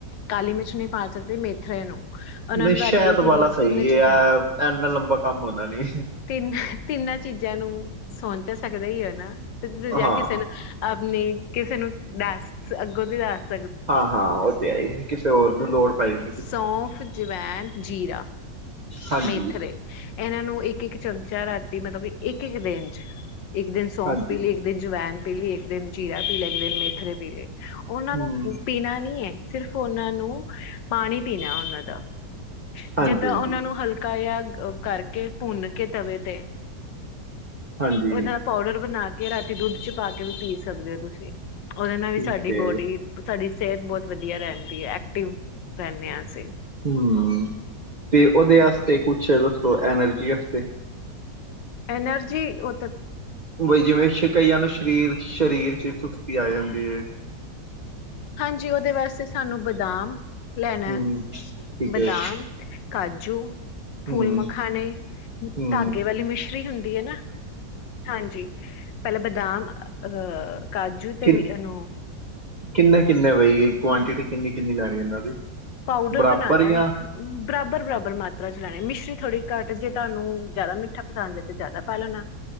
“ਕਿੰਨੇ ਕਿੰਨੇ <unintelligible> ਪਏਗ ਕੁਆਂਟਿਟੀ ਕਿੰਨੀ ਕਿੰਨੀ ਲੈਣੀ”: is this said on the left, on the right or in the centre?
Right